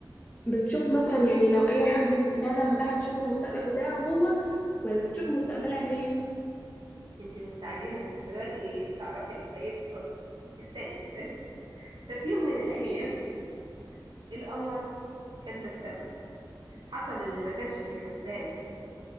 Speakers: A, on the left; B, on the right.
A: بتشوف مثلا
B: اه
A: يعني لو اي حد جه جنبها تشوف المستقبل بتاعه هو ولا بتشوف مستقبلها هي
B: أنت مستعجلة دلوقتي تعرفي باقي القصة استني استني ففي يوم من الأيام
A: ماشي
B: القمر كان في السماء حصل اللي ما كانش في الحسبان